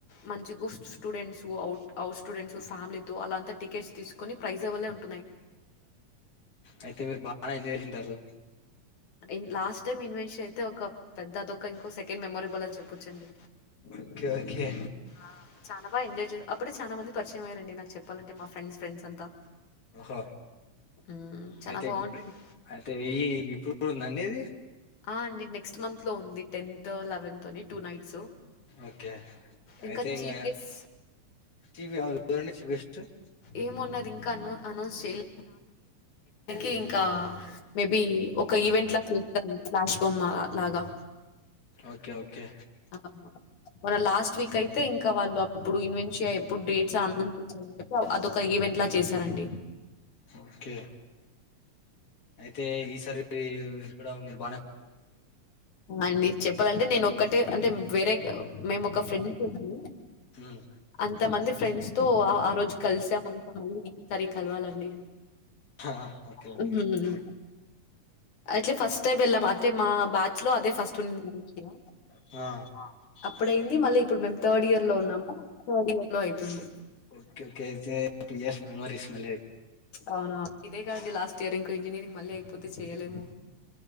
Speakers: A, on the left; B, on the left.
A: మంచిగా స్టూడెంట్స్ అవుట్ అవుట్ స్టూడెంట్స్ ఫ్యామిలీతో అలాంతా టికట్ తీసుకొని ప్రైజెబల్ ఉన్.
B: అయితే మీరు బాగా ఎంజాయ్ చేసింటారు
A: మ్ లాస్ట్ టైమ్ ఇన్వెష అయితే ఒక పెద్ద అదొక్క ఇంకో సెకండ్ మెమొరేబుల్ అని చెప్పచ్చండి
B: ఓకే ఓకే
A: ఆహ్ చానా బాగా ఎంజాయ్ చేస అపుడే చానా మంది పరిచయం అయ్యారండి నాకు చెప్పాలంటే మా ఫ్రెండ్స్ ఫ్రెండ్స్ అంతా.
B: ఓకే.
A: హ్మ్. చాలా
B: అయితే
A: బావుంటుంది.
B: ఇప్ అయితే ఈ ఇప్పుడు కూడ ఉందండి అది.
A: ఆహ్ అండి నెక్స్ట్ మంత్ లో ఉంది టెన్త్ లేవంత్ అని టూ నైట్స్.
B: ఓకే
A: ఇంకా
B: అయితే ఇంగ.
A: చీఫ్ గెస్
B: <unintelligible>
A: ఏమన్నారు ఇంకా అన్ అనౌన్స్ చేయాలే <inaudible> ఇంకా మేబి. ఒక ఈవెంట్ లాగా చేస్తారండి ఫ్లాష్ రూమ్ మా లాగా.
B: ఓకే ఓకే
A: ఆహ్ వాలా లాస్ట్ వీక్ అయితే ఇంక్. ఇంక వాళ్ళు అప్పుడు ఇన్వెషియ ఎప్పుడు డేట్స్ <unintelligible> ఆహ్ అదొక ఈవెంట్ లా చేశారండి.
B: ఓకే అయితే ఈసారి గూడ <unintelligible>
A: మండి చెప్పాలండి నేను ఒక. కంటే అంటే వేరే మేము ఒక ఫ్రెండ్స్ ఉంటాము
B: ఉమ్.
A: అంత మంది ఫ్రెండ్స్. తో ఆ రోజు కలిసామం <inaudible> కలవాలండి.
B: ఆహ్ ఓకే
A: హ్మ్.
B: ఓకే.
A: అయితే ఫస్ట్ టైం ఎలాం అంటే మా బ్యాచ్ లో అదే ఫస్ట్ ఉండే
B: ఆ,
A: <inaudible> అప్పుడయింది మళ్ళీ ఇప్పుడు మేము థర్డ్ ఇయర్ లో ఉన్నాము. థర్డ్ ఇయర్ లో అయితుంది.
B: Okay okay two years memories <inaudible>
A: అవునా? ఇదే కాదండి లాస్ట్ ఇయర్ ఇంకో ఇంజనీరింగ్ మళ్ళీ అయిపోతే చేయలేము.